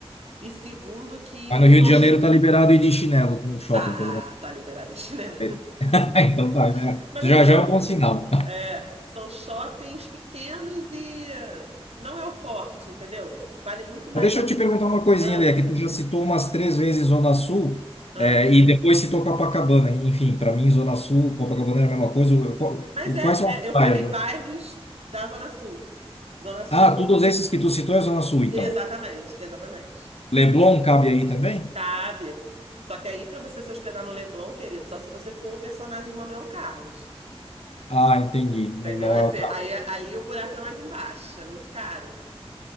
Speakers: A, on the right (about 85°); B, on the left (about 75°).
A: E segundo, que
B: Mas no Rio
A: são.
B: de Janeiro
A: sh-
B: tá liberado ir de chinelo no shopping,
A: Tá,
B: pelo menos.
A: tá liberado de chinelo.
B: <laughs> Então tá, né?
A: <laughs> Mas
B: Já
A: assim, são,
B: já é um bom sinal.
A: é, são shoppings pequenos e eh, não é o forte, entendeu? Vale muito mais
B: Mas deixa
A: a.
B: eu te perguntar uma coisinha,
A: Ah,
B: Lê, que tu já citou umas três vezes Zona Sul,
A: ah.
B: é, e depois citou Copacabana. Enfim, para mim, Zona Sul, Copacabana era a mesma coisa. O- o-
A: Mas é,
B: o- Quais são
A: é,
B: as
A: eu
B: praias?
A: falei
B: né?
A: bairros da Zona Sul. Zona Sul,
B: Ah, todos esses que tu citou é Zona Sul, então.
A: exatamente, exatamente.
B: Leblon cabe aí também?
A: Cabe. Só que aí, para você se hospedar no Leblon, querido, só se você for o personagem de Manuel Carlos.
B: Ah, entendi.
A: Entendeu?
B: N- Não
A: É
B: é
A: assim,
B: o caso.
A: aí, ali o buraco é mais embaixo, é muito caro.